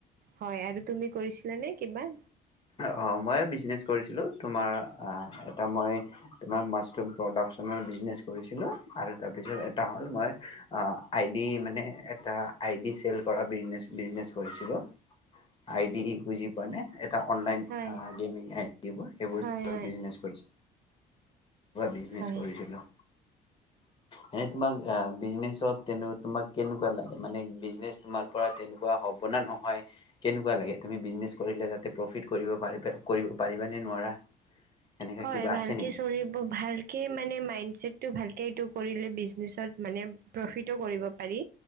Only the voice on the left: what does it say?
অ মই বিজনেচ কৰিছিলো তোমাৰ অহ এটা মই মাস্তৰুম শ মই প্ৰডাকনৰ বিনেচ কৰিছিলো আৰু তাৰপিছত এটা হল মই আইি মানে এটা আইি চেল কৰা বিজনেচ কৰিছিলো আইদি কি বুজি পোৱা নে এ অনলান
গেমিং এপ সেইবোৰ।
বিলাক। বিজনেছ
কৰিছিলো এনে তোমাক বিজনেচত তোমাক কেনেকুৱা লাগে মানে বিজনেচ তোমাৰ পৰা তেনেকুৱা হব না নহয় কেনেকুৱা লাগে তুমি বিজনেচ কৰিলে তাতে প্ৰফিট পাৰ কৰিব পাৰিবা নে নোৱাৰা এনেকা
কিবা আছে
নেকি